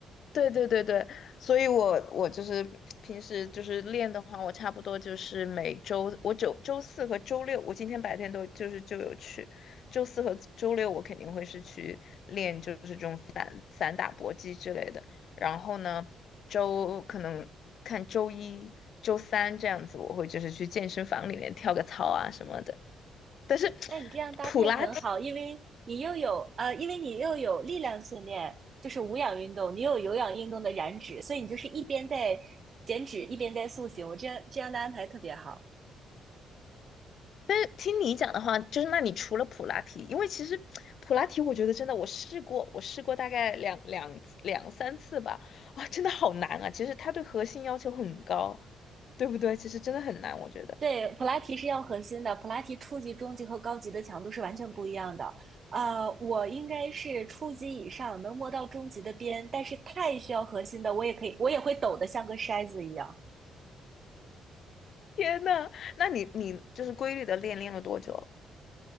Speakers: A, on the left; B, on the right.
A: 对对对对，所以我我就是平时就是练的话，我差不多就是每周我周周四和周六，我今天白天都就是就有去，周四和周六我肯定会是去练，就是这种散散打搏击之类的。然后呢，周可能看周一、周三这样子，我会就是去健身房里面跳个操啊什么的。但是
B: 那你这样搭配很好，
A: <laughs> 普拉提。
B: 因为你又有呃，因为你又有力量训练，就是无氧运动，你又有有氧运动的燃脂，所以你就是一边在减脂，一边在塑形。我这样这样的安排特别好。
A: 但是听你讲的话，就是那你除了普拉提，因为其实普拉提，我觉得真的我试过，我试过大概两两两三次吧，啊，真的好难啊！其实它对核心要求很高，对不对？其实真的很难，我觉得。
B: 对，普拉提是要核心的，普拉提初级、中级和高级的强度是完全不一样的。呃，我应该是初级以上，能摸到中级的边，但是太需要核心的，我也可以，我也会抖得像个筛子一样。
A: 天呐，那你你就是规律的练练了多久了？